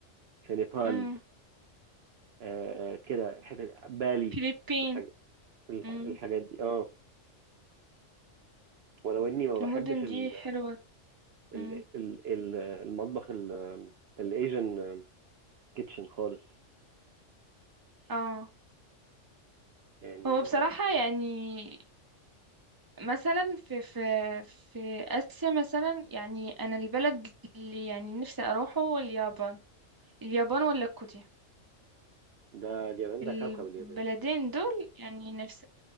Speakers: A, on the right; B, on the right.
A: في نيبال
B: امم
A: آه كده حتة بالي
B: فiliبين
A: الحاج... الح-
B: امم
A: الحاجات دي اه ولو اني ما بحبش
B: المدن
A: ال...
B: دي حلوة
A: ال...
B: امم
A: ال... ال- المطبخ ال... الايجن كيتشن خالص
B: اه
A: يعني
B: هو بصراحة
A: آه،
B: يعني مثلا في في في آسيا مثلا يعني أنا البلد اللي يعني نفسي أروحه هو اليابان اليابان ولا كوريا
A: ده اليابان
B: البلدين
A: ده كوكب اليابان
B: دول يعني نفسي